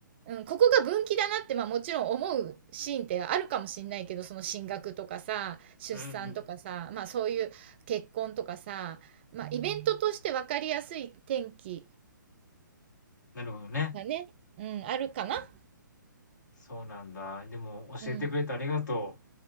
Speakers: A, on the right (about 30°); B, on the left (about 60°).
A: うん、ここが分岐だなって、まあもちろん思うシーンってあるかもしんないけど、その進学とかさ、出産とかさ、
B: うんうん。
A: まあそういう結婚とかさ、まあイベントとして分かりやすい転機
B: なるほどね。
A: がね、うん、あるかな。
B: そうなんだ。でも教えてくれてありがとう。
A: うん